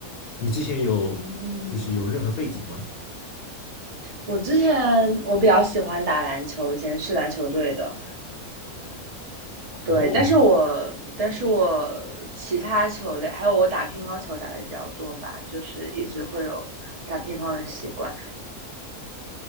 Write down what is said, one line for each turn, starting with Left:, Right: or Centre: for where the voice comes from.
Left: 你之前有就是有任何背景吗？
Right: 嗯，我之前我比较喜欢打篮球，以前是篮球队的，
Left: 哦，
Right: 对，但是我但是我其他球类还有我打乒乓球打的比较多吧，就是一直会有打乒乓的习惯。